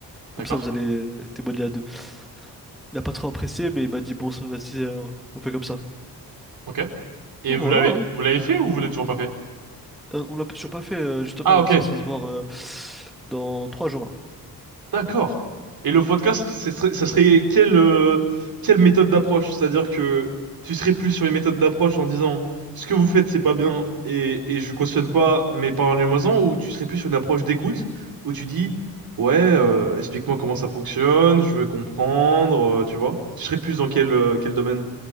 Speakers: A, on the right (about 65°); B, in the centre.
A: D'accord.
B: Comme ça, vous allez euh, témoigner à deux. Il a pas trop apprécié, mais il m'a dit, bon, ça, vas-y, euh, on fait comme ça.
A: Ok. Et
B: Donc
A: vous
B: voilà,
A: l'avez,
B: hein.
A: vous l'avez fait ou vous l'avez toujours pas fait?
B: Euh, On l'a toujours pas fait, euh, justement,
A: Ah,
B: on
A: ok.
B: est censé se voir euh, dans trois jours, là.
A: D'accord. Et le podcast, ce serait- ça serait quelle, euh, quelle méthode d'approche? C'est-à-dire que tu serais plus sur une méthode d'approche en disant ce que vous faites, c'est pas bien et, et je cautionne pas, mais parlez-moi-en, ou tu serais plus sur une approche d'écoute où tu dis ouais, euh, explique-moi comment ça fonctionne, je veux comprendre, euh, tu vois? Tu serais plus dans quel, euh, quel domaine?